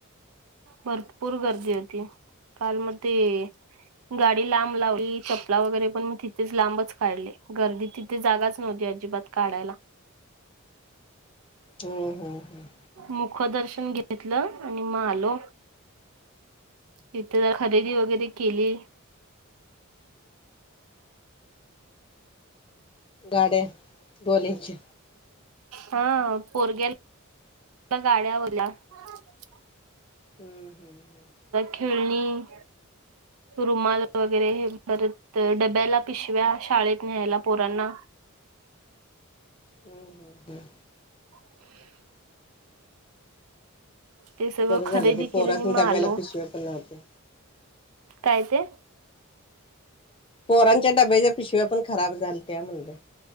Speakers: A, on the right; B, on the left.
A: भरपूर गर्दी होती. काल म ते, गाडी लांब लावली चपला वगैरे पण मी तिथेच लांबच काढले गर्दी तिथं. तिथं जागच नव्हती अजिबात काढायला.
B: हम हम हम.
A: मुख दर्शन घेतलो आणि मग आलो. तिथं जरा खरेदी वगैरे केली.
B: गाड्या गोल्याची.
A: हा पोरग्याल. गाड्या <unintelligible>
B: हम्म हम्.
A: खेळणी रुमाल वगैरे हे परत. तर डब्याला पिशव्या शाळेत न्यायला पोरांना.
B: हम्म हम् हम्.
A: <inaudible> ते सगळं
B: बरं
A: खरेदी
B: झालं ते पोरासनी
A: केले आणि मग
B: डब्याला
A: आलो
B: पिशव्या पण नव्हत्या.
A: काय ते,
B: पोरांच्या डब्याच्या पिशव्या पण खराब झालत्या म्हणलं.